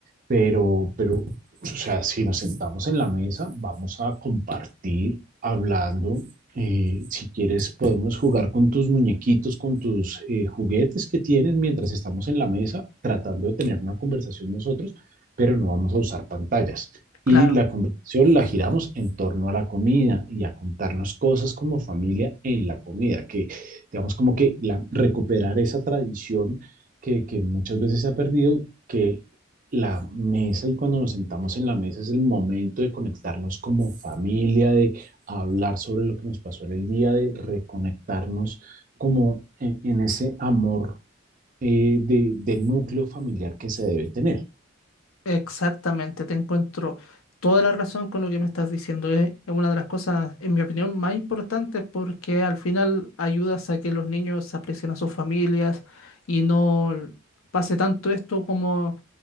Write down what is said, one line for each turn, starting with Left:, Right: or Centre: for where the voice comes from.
Right: pero, pero, o sea, si nos sentamos en la mesa, vamos a compartir hablando. Eh, si quieres, podemos jugar con tus muñequitos, con tus eh, juguetes que tienes mientras estamos en la mesa tratando de tener una conversación nosotros, pero no vamos a usar pantallas
Left: claro.
Right: y la conversación la giramos en torno a la comida y a contarnos cosas como familia en la comida, que digamos como que la, recuperar esa tradición que, que muchas veces se ha perdido, que la mesa y cuando nos sentamos en la mesa es el momento de conectarnos como familia, de hablar sobre lo que nos pasó en el día, de reconectarnos como en, en ese amor eh, de, del núcleo familiar que se debe tener.
Left: Exactamente, te encuentro toda la razón con lo que me estás diciendo. Es una de las cosas, en mi opinión, más importantes porque al final ayudas a que los niños aprecien a sus familias y no pase tanto esto como